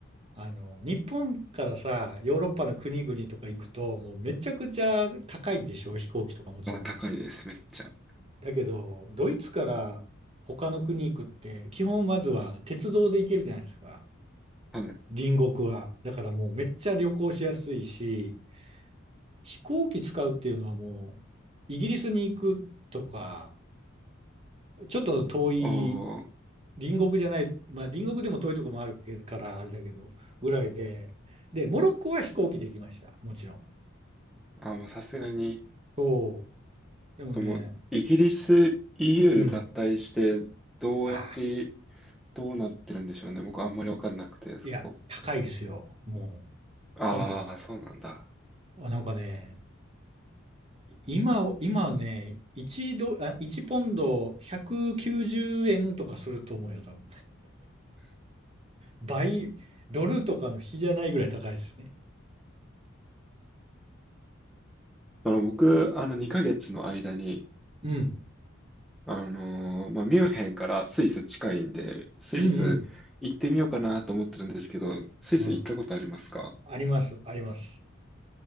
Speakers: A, on the right (about 30°); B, in the centre.
A: あの、日本からさ、ヨーロッパの国々とか行くと、もうめちゃくちゃ高いでしょ、飛行機とかもちろん。
B: ね。あ、高いです、めっちゃ。
A: だけど、ドイツから他の国行くって、基本まずは鉄道で行けるじゃないですか。
B: はい。
A: 隣国は。だからもうめっちゃ旅行しやすいし、飛行機使うっていうのはもう、イギリスに行くとか、ちょっと遠い、
B: おー、
A: 隣国じゃない、まあ隣国でも遠いとこもあるけからあれだけど、ぐらいで、で、モロッコは飛行機で行きました。もちろん。
B: あ、もうさすがに、
A: そう。でもね、
B: でも、イギリス EU
A: うん。
B: 脱退して、どうやって、
A: ああ、
B: どうなってるんでしょうね。僕、あんまりわかんなくて、そこ。
A: いや、高いですよ。もう、
B: ああ、
A: ポンドが。
B: そうなんだ。
A: あ、なんかね、今、今ね、1ド、あ、1ポンド190円とかすると思うよ、多分。倍、ドルとかの比じゃないぐらい高いですね。
B: あの、僕、
A: い
B: あの、2ヶ月の間に、
A: うん。
B: あのーまあ、ミュンヘンからスイス近いんで、スイス行ってみようかなと思ってるんですけど、
A: うんうん。
B: スイス行ったことありますか
A: うん。あります。あります。